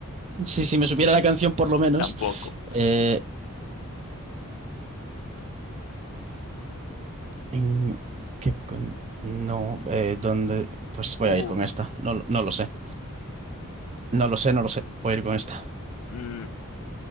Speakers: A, on the right; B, on the left.
A: sí, si me supiera la canción por lo menos.
B: Tampoco.
A: Eh, en, ¿qué con- No, eh, ¿dónde? Pues voy
B: Uf.
A: a ir con esta. No, lo- no lo sé. No lo sé, no lo sé. Voy a ir con esta.
B: Mm,